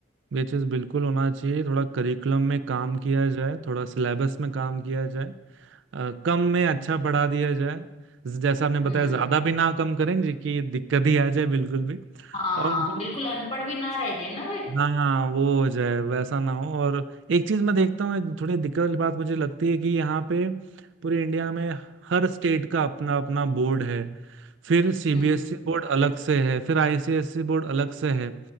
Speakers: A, on the right; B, on the left.
A: ये चीज बिल्कुल होना चाहिए थोड़ा करिकुलम में काम किया जाए थोड़ा सिलेबस में काम किया जाए अ, कम में अच्छा पढ़ा दिया जाए जैसा आपने बताया
B: हम्म
A: ज्यादा भी ना कम करें जी की दिक्कत ही आ जाए बिल्कुल भी
B: हाँ
A: और जो
B: बिल्कुल अनपढ़ भी ना रह जाए ना फिर
A: हाँ वो हो जाए वैसा ना हो और एक चीज मैं देखता हूँ एक थोड़ी दिक्कत वाली बात मुझे लगती है कि यहाँ पे पूरे इंडिया में हर स्टेट का अपना अपना बोर्ड है फिर सीबीएसई
B: हम्म
A: बोर्ड अलग से है फिर आईसीएसई बोर्ड अलग से है